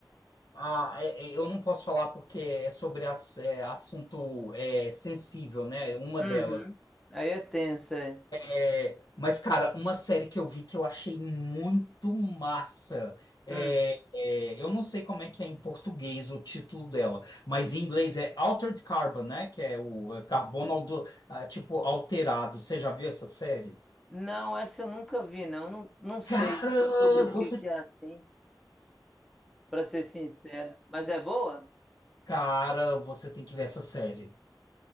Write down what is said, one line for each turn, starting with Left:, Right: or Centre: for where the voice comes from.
Left: Ah, é- é- eu não posso falar porque é sobre ass- é, assunto é, sensível, né? Uma
Centre: Uhum.
Left: delas.
Centre: Aí é tenso, é.
Left: É, Mas, cara, uma série que eu vi que eu achei muito massa. é-
Centre: Hum.
Left: é, eu não sei como é que é em português o título dela, mas em inglês é Altered Carbon, né? Que é o é, carbono, aldo- ah, tipo, alterado. Você já viu essa série?
Centre: Não, essa eu nunca vi, não. Não, não sei
Left: Cara,
Centre: sobre o
Left: você.
Centre: que que é assim, para ser sincero. Mas é boa?
Left: Cara, você tem que ver essa série.